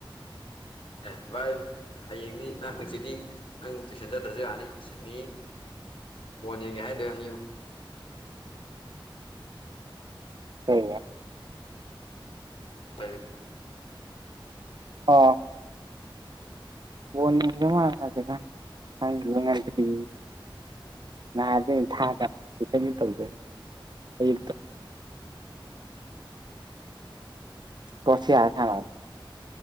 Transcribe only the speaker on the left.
ꯑꯦ ꯚꯥꯏ ꯍꯌꯦꯡꯗꯤ ꯅꯪ ꯍꯪꯆꯤꯠꯗꯤ ꯅꯪ ꯇꯨꯏꯁꯟ ꯆꯠꯇ꯭ꯔꯁꯨ ꯌꯥꯔꯅꯤ ꯑꯁ ꯃꯤ ꯕ‌ꯣꯜ ꯌ‌ꯦꯡꯒꯦ ꯍꯥꯏꯗ‌ꯣꯏ ꯑꯣꯏꯔꯝꯅꯤꯉ‌ꯣ
ꯀꯩ
ꯍꯣꯏ